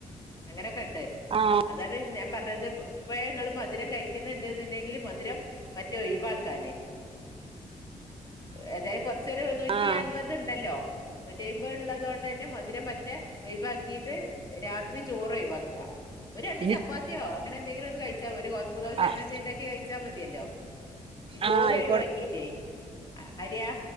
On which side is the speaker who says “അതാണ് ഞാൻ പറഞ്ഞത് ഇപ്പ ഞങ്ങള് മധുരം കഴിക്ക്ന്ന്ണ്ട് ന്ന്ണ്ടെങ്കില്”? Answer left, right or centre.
Left